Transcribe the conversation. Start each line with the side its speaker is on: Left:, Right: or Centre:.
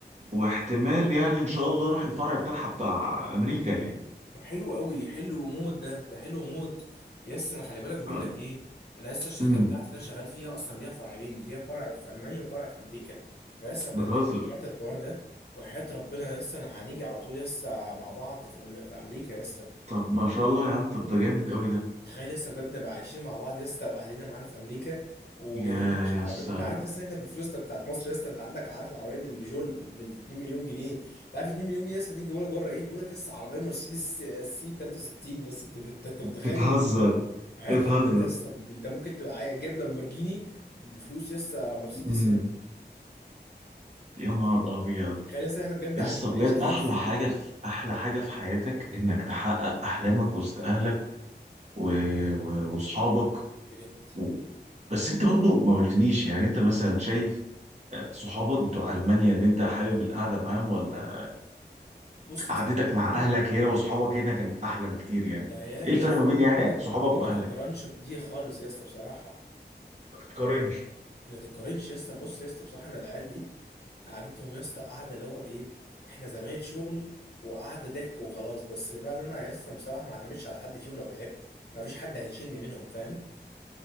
Right: واحتمال يعني ان شاء الله راح الفرع بتاعها بتاع امريكا يعني
Left: طب حلو قوي حلو موت ده ده حلو موت يس انا خلي بالك بقول
Right: آه.
Left: لك ايه انا لسه الشركه
Right: امم
Left: بتاعتي اللي انا شغال فيها اصلا ليها فرعين ليها فرع في المانيا وفرع في امريكا فلسه بجد
Right: بتهزر
Left: انت لو عملت الحوار ده وحياة ربنا لسه انا هنيجي على طول لسه مع بعض في أم- في امريكا لسه
Right: طب ما شاء الله يا عم طب ده جامد قوي ده
Left: تخيل لسه بجد نبقى عايشين مع بعض يا اسطى واهلنا معانا في امريكا وجايبين
Right: يا
Left: يا باشا
Right: يا
Left: عربيات
Right: اسطى
Left: انت عارف يا اسطى احنا بالفلوس بتاعت مصر يا اسطى انت عندك عارف العربيه البيجو اللي ب 2 مليون جنيه انت عارف 2 مليون جنيه يا اسطى دي يجيبوا لك بره ايه يجيبوا لك يا اسطى عربيه مرسيدس سي سي 63 يا اسطى انت انت انت متخيل
Right: بتهزر
Left: حياه
Right: بتهزر
Left: ربنا يا اسطى انت ممكن تبقى عاي- جايب لامبورجيني بفلوس يا اسطى مرسيدس
Right: أمم،
Left: هنا
Right: يا نهار ابيض
Left: تخيل يا اسطى احنا بجد
Right: يا
Left: عايشين
Right: اسطى بجد
Left: عيشه فانسي
Right: احلى حاجه في احلى حاجه في حياتك انك تحقق احلامك وسط اهلك و... و... واصحابك
Left: بجد
Right: و... بس انت برضو ما قلتليش يعني انت مثلا شايف آه، صحابك بتوع المانيا ان انت حابب القعده معاهم ولا
Left: بص يا
Right: قعدتك
Left: اسطى هم
Right: مع
Left: دول
Right: اهلك هنا واصحابك هنا كانت احلى بكتير يعني
Left: ده يا
Right: ايه
Left: يا
Right: الفرق
Left: اسطى
Right: ما بين
Left: دي
Right: يعني
Left: دي ما-
Right: صحابك
Left: دي ما
Right: واهلك
Left: تقارنش بدي خالص يا اسطى بصراحه
Right: ما تتقارنش
Left: ما تتقارنش يا اسطى بص يا اسطى بصراحه انا العيال دي قعدتهم يا اسطى قاعده اللي هو ايه احنا زمايل شغل وقعده ضحك وخلاص بس بقى اللي انا يا اسطى بصراحه ما اعتمدش على حد فيهم لو تعبت ما فيش حد هيشيلني منهم فاهم